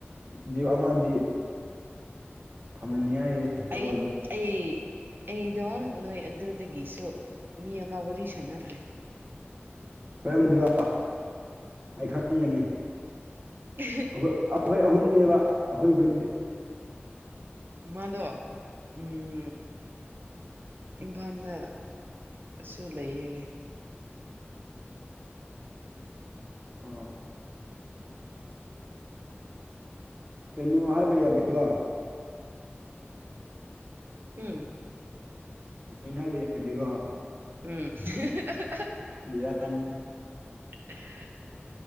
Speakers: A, on the right; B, on the right.
A: ꯖꯤꯑꯣ ꯑꯃꯗꯤ ꯊꯝꯃꯟ ꯌꯥꯏꯍꯦ <unintelligible>
B: ꯑꯩ ꯑꯩ ꯑꯩꯗꯣ ꯅꯣꯏ ꯑꯗꯨꯗꯒꯤꯁꯨ ꯃꯤ ꯑꯃ ꯋꯥꯔꯤ ꯁꯥꯟꯅꯈ꯭ꯔꯦ
A: ꯀꯔꯝꯕꯗꯨꯔꯣ ꯑꯩ ꯈꯪꯒꯅꯤ
B: <unintelligible>
A: ꯑꯩꯈꯣꯏ ꯑꯩꯈꯣꯏ ꯑꯍꯨꯝꯅꯦꯕ ꯑꯩꯈꯣꯏ ꯈꯨꯟꯒꯤ
B: ꯃꯥꯗꯣ ꯎꯝ ꯏꯝꯐꯥꯜꯗꯁꯨꯨ ꯂꯩꯌꯦ ꯍꯥꯏꯌꯦ
A: ꯑꯣ ꯀꯩꯅꯣ ꯍꯥꯏꯕ ꯌꯥꯗꯦꯒꯣ
B: ꯎꯝ
A: ꯃꯤꯡ ꯍꯥꯏꯕ ꯌꯥꯗꯤꯀꯣ
B: ꯎꯝ <unintelligible>
A: ꯕꯦꯔꯥꯅꯤ
B: ꯑ <unintelligible>